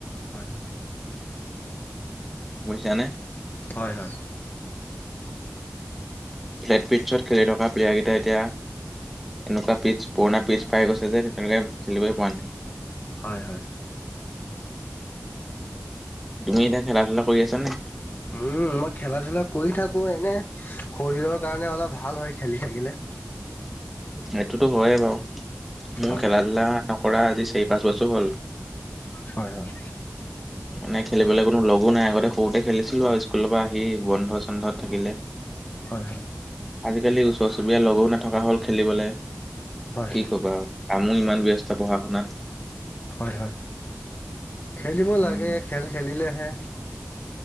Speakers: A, on the left (about 40°); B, in the centre.
A: হয়।
B: বুজিছা নে?
A: হয় হয়।
B: ফ্লেট পিটছত খেলি থকা প্লেয়াৰকেইটাই এতিয়া এনেকুৱা পিচ, পুৰণা পিচ পাই গৈছে যে, তেনেকুৱা খেলিবই পৰা নাই।
A: হয় হয়।
B: তুমি এতিয়া খেলা ধূলা কৰি আছানে?
A: উম, মই খেলা ধুলা কৰি থা কো। এনে শৰীৰৰ কাৰণে অলপ ভাল হয়, খেলি থাকিলে।
B: সেইটোতো হয়েই বাৰু, মোৰ
A: হয়
B: খেলা ধূলা নকৰা আজি চাৰি পাঁচ বছৰ হ'ল।
A: হয় হয়।
B: মানে খেলিবলৈ কোনো লগো নাই, আগতে সৰুতে খেলিছিলো আৰু স্কুলৰ পৰা আহি বন্ধ চন্ধত থাকিলে।
A: হয় হয়।
B: আজিকালি ওচৰ চুবুৰীয়া লগো নথকা হল খেলিবলে
A: হয়
B: কি
A: হয়
B: কবা আৰু। আমিও ইমান ব্যস্ত পঢ়া শুনাত।
A: হয় হয়, খেলিব লাগে,
B: উম
A: খেল খেলিলেহে।